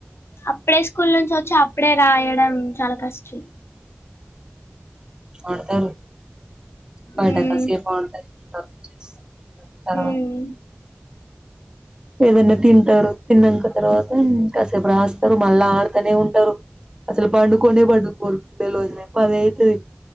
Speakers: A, on the left; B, on the right.
A: అప్పుడే స్కూల్ నుంచి ఒచ్చి అప్పుడే రాయడం చాలా ఆశ్చి ఆ
B: వాడుతారు పడకాసి
A: ఉమ్
B: బంటాది ఆ చేస తరువా
A: ఉమ్
B: ఏదన్నా తింటారు తిన్నాక తర్వాత ఇంకాసేపు రాస్తరు మళ్ళా ఆడతనే ఉంటారు అసలు పండుకొనే పండుకోరు <unintelligible> పది అయితది